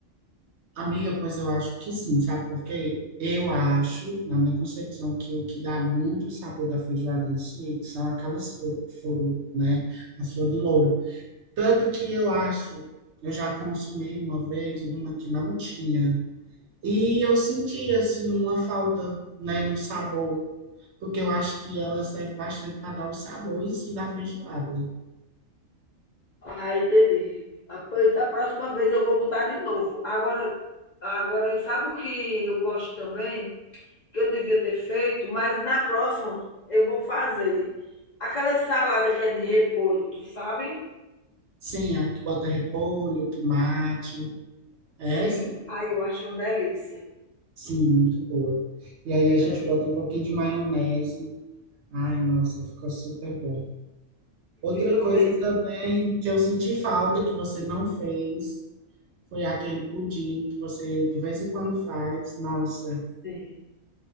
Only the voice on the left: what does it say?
Ah, entendi. após a próxima vez eu vou botar de novo. Agora, agora sabe o que eu gosto também? Que eu devia ter feito, mas na próxima eu vou fazer. Aquela salada que é de repolho, tu sabe?
Sim. Aí eu acho uma delícia.
É,
fica
mesmo.
Sim.